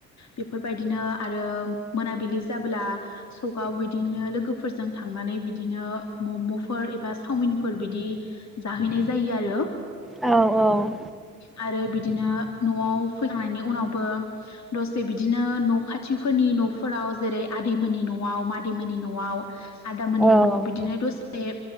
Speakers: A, on the left; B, in the centre.
A: बेफोर बायदिनो आरो मोनाबिलि जाबोला सकआव बिदिनो लोगोफोरजों थांनानै बिदिनो मम'फोर एबा चावमिनफोर बिदि जाहैनाय जायो आरो।
B: औ औ
A: आरो बिदिनो न'आव फैखांनायनि उनावबो दसे बिदिनो न' खाथिफोरनि न'फोराव जेरै आदैमोननि न'आव मादैमोननि न'आव आदा मोननि
B: औ
A: न'आव बिदिनो दसे बे